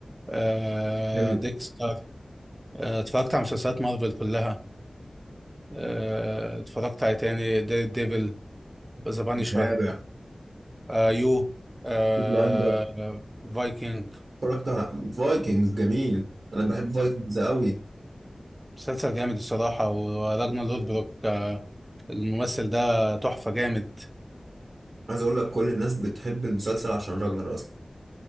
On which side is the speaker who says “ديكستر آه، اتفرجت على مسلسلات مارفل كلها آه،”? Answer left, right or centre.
Right